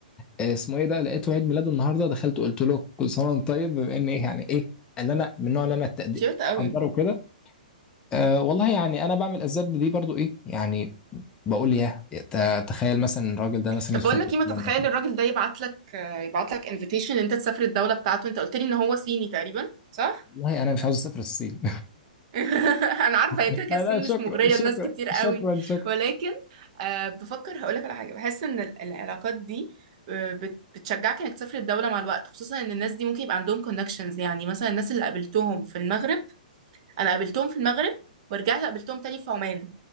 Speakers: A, on the left; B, on the right.
A: آه، اسمه ايه ده لقيته عيد ميلاده النهارده دخلت قلت له كل سنه وانت طيب بما ان ايه يعني ايه اللي انا من النوع اللي انا التقدير
B: كيوت قوي
A: اقدره كده أه والله يعني انا بعمل اسباب دي برضو ايه يعني بقول يا ت- تخيل مثلا الراجل ده مثلا
B: طب
A: يدخل
B: بقول
A: الاسلام
B: لك ايه ما تتخيل
A: مثلا
B: الراجل ده يبعت لك يبعت لك انفيتيشن ان انت تسافر الدولة بتاعته انت قلت لي ان هو صيني تقريبا صح؟
A: والله انا مش عاوز اسافر الصين
B: <laughs> انا عارفه
A: <laughs>
B: هي كده كده
A: لا
B: الصين
A: لا، شكرا
B: مش مغريه
A: شكرا
B: لناس كتير قوي
A: شكرا شكرا
B: ولكن آه بفكر هقولك على حاجه بحس ان ال- العلاقات دي آه، بت- بتشجعك انك تسافر الدوله مع الوقت خصوصا ان الناس دي ممكن يبقى عندهم كونكشنز يعني مثلا الناس اللي قابلتهم في المغرب انا قابلتهم في المغرب ورجعت قابلتهم تاني في عمان